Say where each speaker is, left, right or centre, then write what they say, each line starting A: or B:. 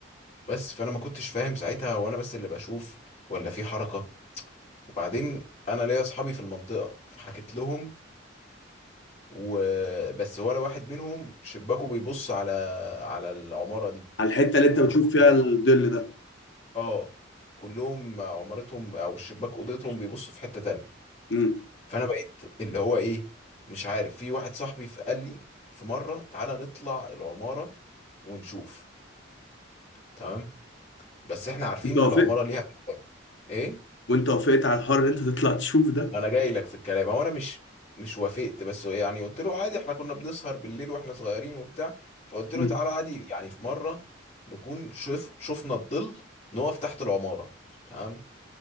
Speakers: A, on the left (about 35°); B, on the left (about 60°).
A: بس فانا ما كنتش فاهم ساعتها هو انا بس اللي بشوف ولا في حركه وبعدين انا ليا اصحابي في المنطقه فحكيت لهم وبس ولا واحد منهم شباكه بيبص على على العماره دي
B: على الحته اللي
A: يعني
B: انت
A: هم
B: بتشوف
A: كلهم
B: فيها الظل ده
A: اه كلهم عمارتهم او الشباك اوضتهم بيبص في حتة تانية
B: امم
A: فانا بقيت اللي هو ايه مش عارف في واحد صاحبي قال لي في مرة تعالى نطلع العمارة ونشوف تمام بس احنا عارفين
B: انت
A: ان
B: وافقت
A: العمارة ليها باب. ايه
B: وانت وافقت على الحر ان انت تطلع تشوف ده
A: ما انا جاي لك في الكلام هو انا مش مش وافقت بس هو يعني قلت له عادي احنا كنا بنسهر بالليل واحنا صغيرين وبتاع فقلت له
B: امم
A: تعالى عادي يعني في مرة نكون شوف شفنا الظل نقف تحت العمارة تمام